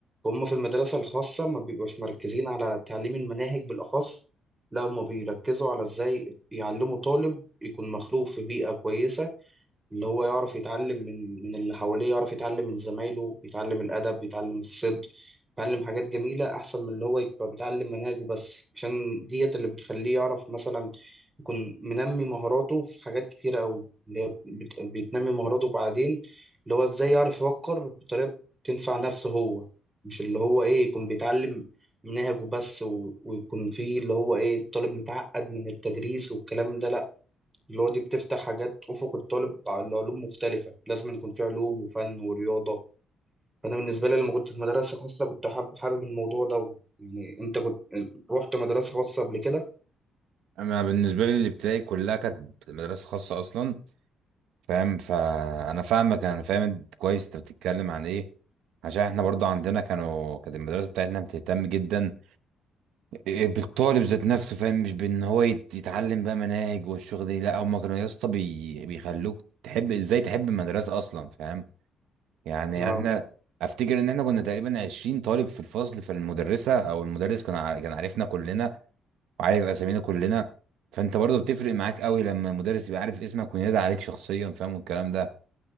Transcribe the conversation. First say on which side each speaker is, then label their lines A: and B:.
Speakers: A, on the right (about 20°); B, on the right (about 80°).
A: هم في المدرسة الخاصة ما بيبقوش مركزين على تعليم المناهج بالأخص لا هم بيركزوا على إزاي يعلموا طالب يكون مخلوق في بيئة كويسة اللي هو يعرف يتعلم من من اللي حواليه يعرف يتعلم من زمايله يتعلم الأدب يتعلم الصدق يتعلم حاجات جميلة أحسن من اللي هو يبقى بيتعلم مناهج بس عشان ديت اللي بتخليه يعرف مثلا يكون منمي مهاراته في حاجات كتيرة أوي اللي هي بت- بتنمي مهاراته بعدين اللي هو إزاي يعرف يفكر بطريقة تنفع نفسه هو مش اللي هو إيه يكون بيتعلم مناهج وبس و- ويكون فيه اللي هو إيه طالب متعقد من التدريس والكلام ده لأ اللي هو دي بتفتح حاجات أفق الطالب على علوم مختلفة لازم يكون في علوم وفن ورياضة فأنا بالنسبة لي لما كنت في مدرسة خاصة كنت حابب حابب الموضوع ده يعني أنت كنت رحت مدرسة خاصة قبل كده؟
B: انا بالنسبة لي الابتدائي كلها كانت مدرسة خاصة اصلا فاهم فانا فاهمك انا فاهم انت كويس انت بتتكلم عن ايه عشان احنا برضو عندنا كانوا كانت المدرسة بتاعتنا بتهتم جدا إيه، بالطالب ذات نفسه فاهم مش بان هو يت- يتعلم بقى مناهج والشغل دي لا هم كانوا يا اسطى بي... بيخلوك تحب ازاي تحب المدرسة اصلا فاهم يعني
A: آه
B: احنا افتكر ان احنا كنا تقريبا 20 طالب في الفصل فالمدرسه او المدرس كان عار- كان عارفنا كلنا وعارف اسامينا كلنا فانت برضه بتفرق معاك قوي لما المدرس يبقى عارف اسمك وينادي عليك شخصيا فاهم والكلام ده